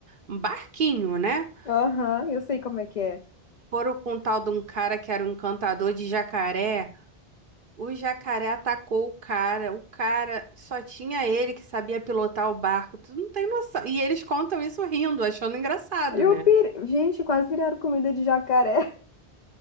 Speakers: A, on the right (about 60°); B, on the left (about 50°).
A: um barquinho, né?
B: Aham, eu sei como é que é.
A: foram com um tal de um cara que era um encantador de jacaré. O jacaré atacou o cara. O cara só tinha ele que sabia pilotar o barco. Tu não tem noção. E eles contam isso rindo, achando engraçado,
B: Eu
A: né?
B: pir... Gente, quase viraram comida de jacaré.